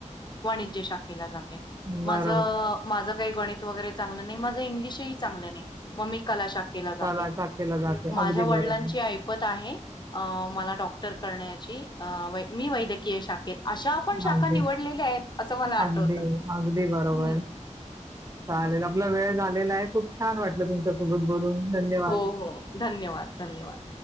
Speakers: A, on the left; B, on the right.
A: वाणिज्य शाखेला जातो माझ
B: बरोबर
A: माझ गित वर चां नाही मा इंग्लही चगलं नाही मग मी क शा केला जाते
B: कला शाखेला जाते
A: माझ्या
B: अगदी
A: वडिलांची
B: बरोबर
A: ऐपत आहे मला डॉक्टरण्याची मी वै्यय शाेत अशा पण शाखा
B: अगदी
A: निवडलेल्या आहेत असं मला आठवतं
B: अगदी, अगदी बरोबर.
A: हम्
B: चालेल आपला वेळ झालेला आहे खूप छान वाटलं तुमच्यासोबत बोलून. धन्यवाद.
A: हो हो धन्यवाद धन्यवाद